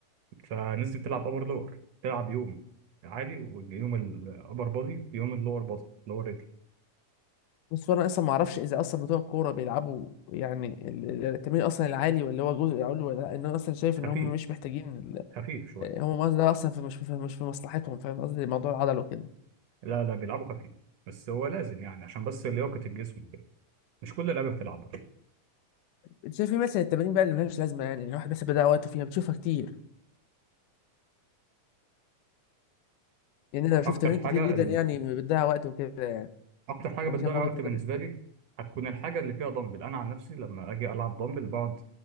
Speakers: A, on the right; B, on the left.
A: فالناس دي بتلعب أبر لور تلعب يوم عالي ويوم الأبر بادي ويوم اللور بادي اللي هو الرجل
B: بس انا اصلا ما اعرفش اذا اصلا بتوع الكوره بيلعبوا يعني ال- ال- التمرين اصلا العالي ولا هو جزء علوي ولا لا ان انا اصلا شايف ان
A: خفيف
B: هم مش محتاجين ال-
A: خفيف شوية
B: آه، هم ما- ده اصلا في مش في مش في مصلحتهم فاهم قصدي موضوع العضل وكده
A: لا لا بيلعبوا خفيف بس هو لازم يعني عشان بس لياقة الجسم كده مش كل اللعيبة بتلعبها
B: انت شايف ايه مثلا التمارين بقى اللي ملهاش لازمه يعني إن الواحد بس بيضيع وقته فيها بتشوفها كتير يعني انا بشوف
A: أكتر
B: تمارين
A: حاجة
B: كتير جدا يعني بتضيع وقت وكده يعني
A: اكتر حاجه
B: انا
A: بتضيع
B: شايف وجهه
A: وقت
B: نظري
A: بالنسبه لي هتكون الحاجه اللي فيها دمبل انا عن نفسي لما اجي العب دمبل بقعد